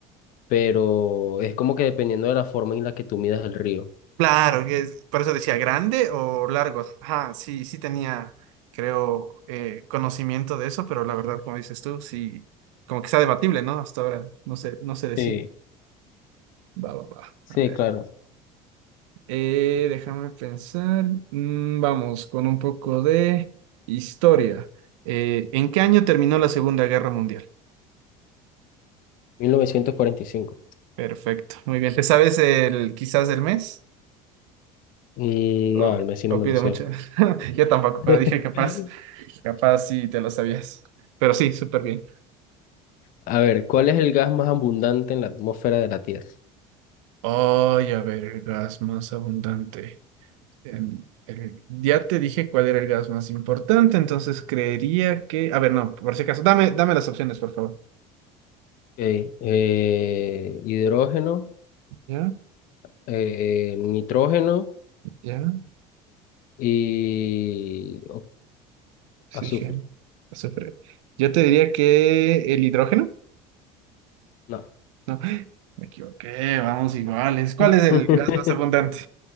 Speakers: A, on the left (about 60°); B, on the right (about 85°).
A: pero es como que dependiendo de la forma en la que tú midas el río.
B: Claro, que es- por eso decía grande o largo. Ajá, sí, sí tenía, creo, eh, conocimiento de eso, pero la verdad, como dices tú, sí, como que está debatible, ¿no? Hasta ahora no sé, no se decide.
A: Sí,
B: Va, va, va.
A: sí,
B: A ver.
A: claro.
B: Eh, déjame pensar. Mm, vamos con un poco de historia. Eh, ¿en qué año terminó la Segunda Guerra Mundial?
A: 1945.
B: Perfecto, muy bien. ¿Te sabes el quizás el mes?
A: Mm,
B: ¿O,
A: no, el Messi
B: o
A: no me
B: pido
A: lo sé.
B: mucho? <laughs> Yo tampoco,
A: <laughs>
B: pero dije capaz, capaz sí te lo sabías. Pero sí, súper bien.
A: A ver, ¿cuál es el gas más abundante en la atmósfera de la Tierra?
B: Oye, a ver, el gas más abundante. El- el- ya te dije cuál era el gas más importante, entonces creería que... A ver, no, por si acaso, dame, dame las opciones, por favor.
A: Ok, eh, hidrógeno,
B: ¿Ya?
A: eh, nitrógeno
B: ¿Ya?
A: y o-
B: Oxígeno,
A: azufre.
B: azufre. Yo te diría que el hidrógeno.
A: No.
B: No, <gasps> me equivoqué, vamos iguales. ¿Cuál
A: <laughs>
B: es el gas más abundante?